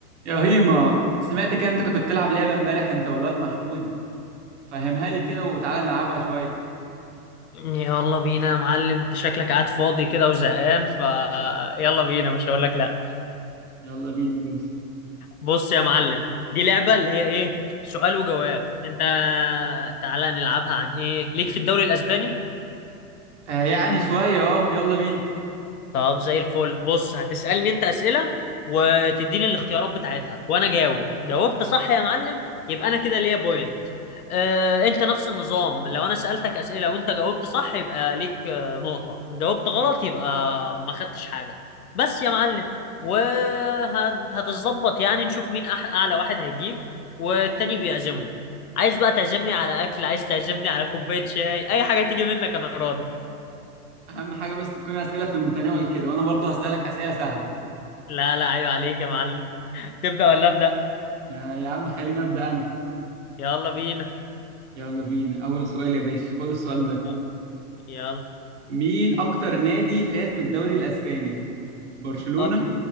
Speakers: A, on the right (about 45°); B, on the left (about 65°).
A: يا هيما سمعتك انت كنت بتلعب لعبة امبارح انت والواد محمود فهمها لي كده وتعالى نلعبها شوية
B: يلا بينا يا معلم انت شكلك قاعد فاضي كده وزهقان ف يلا بينا مش هقول لك لا
A: يلا بينا يا باشا
B: بص يا معلم دي لعبة اللي هي ايه سؤال وجواب انت تعالى نلعبها عن ايه ليك في الدوري الاسباني
A: آه يعني شوية اه يلا بينا
B: طب زي الفل بص هتسألني انت أسئلة وتديني الاختيارات بتاعتها وانا جاوب جاوبت صح يا معلم يبقى انا كده ليا بوينت اه انت نفس النظام لو انا سألتك أسئلة وانت جاوبت صح يبقى ليك آه، نقطة جاوبت غلط يبقى ما خدتش حاجة بس يا معلم وهتظبط يعني نشوف مين أح- اعلى واحد هيجيب والتاني بيعزمه عايز بقى تعزمني على اكل عايز تعزمني على كوباية شاي اي حاجة تيجي منك انا راضي
A: اهم حاجة بس تكون اسئلة في المتناول كده وانا برضو هسألك اسئلة سهلة
B: لا لا ايوه عليك يا معلم <laughs> تبدأ ولا أبدأ
A: آه يا عم خليني ابدأ انا
B: يلا بينا
A: يلا بينا اول سؤال يا باشا خد السؤال ده
B: أه، يلا
A: مين اكتر نادي فاز بالدوري الاسباني برشلونة
B: أك...